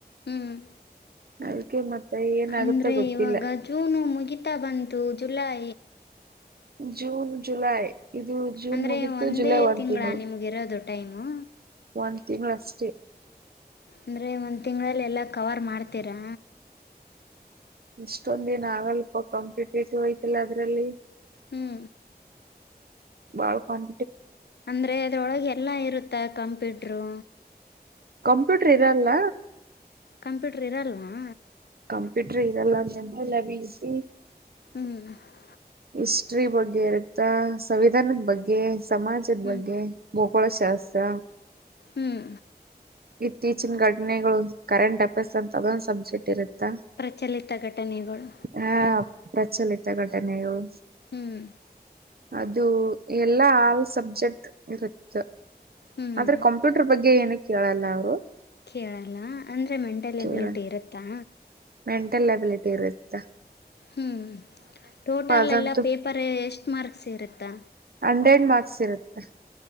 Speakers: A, on the left; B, on the right.
A: ಹ್ಮ್
B: ಅದಕ್ಕೆ ಮತ್ತೆ ಏನಾಗುತ್ತ
A: ಅಂದ್ರೆ
B: ಗೊತ್ತಿಲ್ಲ
A: ಇವಾಗ ಜೂನು ಮುಗಿತಾ ಬಂತು ಜುಲೈ
B: ಜೂನ್ ಜುಲೈ ಇದು ಜೂನ್
A: ಅಂದರೆ
B: ಮುಗಿತ್ತು
A: ಒಂದೇ
B: ಜುಲೈ ಒಂದ್
A: ತಿಂಗಳ
B: ತಿಂಗಳು
A: ನಿಮಗಿರೋದು ಟೈಮು
B: ಒ ತಿಂಗಳಷ್ಟೇ
A: ಅಂದ್ರೆ ಒಂದ್ ತಿಂಗಳಲ್ಲಿ ಎಲ್ಲ ಕವರ್ ಮಾಡ್ತೀರಾ
B: ಇಷ್ಟೊಂದೇನ್ ಆಗಲ್ಪ ಕಾಂಪೀಟೇಟಿವ್ ಐತಲ್ಲ ಅದ್ರಲ್ಲಿ
A: ಹ್ಞೂ
B: ಬಳಕಂಡ
A: ಅಂದ್ರೆ ಅದ್ರೊಳಗೆ ಎಲ್ಲಾ ಇರುತ್ತ ಕಂಪ್ಯೂಟ್ರು
B: ಕಂಪ್ಯೂಟರ್ ಇರಲ್ಲ
A: ಕಂಪ್ಯೂಟರ್ ಇರಲ್ವಾ
B: ಕಂಪ್ಯೂಟರ್ ಇದೆಲ್ಲ ನ <unintelligible>
A: ಹ್ಞೂ
B: ಇಷ್ಟ <inaudible> ಹಟ್ರಿ <unintelligible> ಬಗ್ಗೆ ಇರುತ್ತಾ ಸಂವಿಧಾನದ ಬಗ್ಗೆ ಸಮಾಜದ
A: ಹ್ಞೂ
B: ಬಗ್ಗೆ ಭೂಗೋಳಶಾಸ್ತ್ರ
A: ಹ್ಮ್
B: ಇತ್ತೀಚಿನ ಘಟನೆಗಳು ಕರೆಂಟ್ ಅಫೇರ್ಸ್ ಅಂತ ಅದೊಂದು ಸಬ್ಸೆಟ್ ಇರುತ್ತೆ
A: ಪ್ರಚಲಿತ ಘಟನೆಗಳು
B: ಹಾ ಪ್ರಚಲಿತ ಘಟನೆಗಳು
A: ಹ್ಮ್
B: ಅದು ಎಲ್ಲಾ ಆಲ್ ಸಬ್ಜೆಕ್ಟ್ ಇರುತ್ತ
A: ಹ್ಮ್
B: ಆದ್ರೆ ಕಂಪ್ಯೂಟರ್ ಬಗ್ಗೆ ಏನು ಕೇಳಲ್ಲ ಅವ್ರು
A: ಕೇಳಲ್ಲ ಅಂದ್ರೆ ಮೆಂಟಲ್
B: ಕೇಳ
A: ಎ ವಿಳಿಟು ಇರುತ್ತಾ
B: ಮೆಂಟಲ್ ಎಬಿಲಿಟಿ ಇರುತ್ತೆ
A: ಹ್ಮ್ ಟೋಟಲ್
B: ಅದಂತೂ
A: ಎಲ್ಲ ಪೇಪರ್ ಎಷ್ಟ ಮಾರ್ಕ್ಸ್ ಇರುತ್ತಾ
B: ಹಂಡ್ರೆಡ್ ಮಾರ್ಕ್ಸ್ ಇರುತ್ತೆ